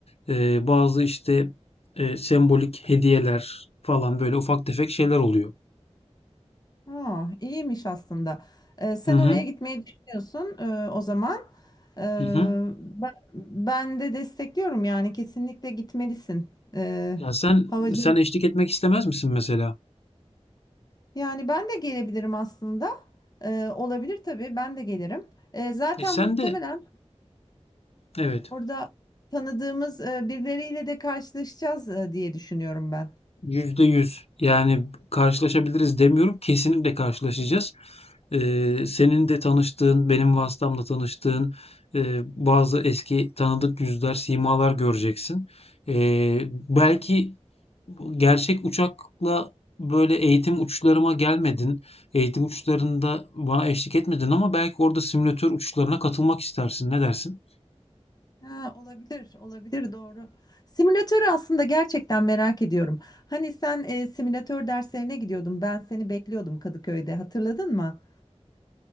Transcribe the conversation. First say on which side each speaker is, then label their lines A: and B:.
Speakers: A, on the left (about 60°); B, on the left (about 35°).
A: eee, bazı işte eee, sembolik hediyeler falan böyle ufak tefek şeyler oluyor.
B: Ha, iyiymiş aslında. E, sen
A: Hı hı,
B: oraya gitmeyi düşünüyorsun e, o zaman. E,
A: hı hı.
B: ben, ben de destekliyorum yani kesinlikle gitmelisin. E,
A: Ya sen
B: havacılık.
A: sen eşlik etmek istemez misin mesela?
B: Yani ben de gelebilirim aslında. E, olabilir tabii ben de gelirim. E, zaten
A: E sen
B: muhtemelen
A: de evet.
B: orada tanıdığımız e, birileriyle de karşılaşacağız e, diye düşünüyorum ben.
A: Yüzde yüz. Yani karşılaşabiliriz demiyorum. Kesinlikle karşılaşacağız. Ee, senin de tanıştığın, benim vasıtamla tanıştığın e, bazı eski tanıdık yüzler, simalar göreceksin. Ee, belki gerçek uçakla böyle eğitim uçlarıma gelmedin. Eğitim uçlarında bana eşlik etmedin ama belki orada simülatör uçlarına katılmak istersin. Ne dersin?
B: Ha, olabilir, olabilir doğru. Simülatörü aslında gerçekten merak ediyorum. Hani sen e, simülatör derslerine gidiyordun, ben seni bekliyordum Kadıköy'de, hatırladın mı?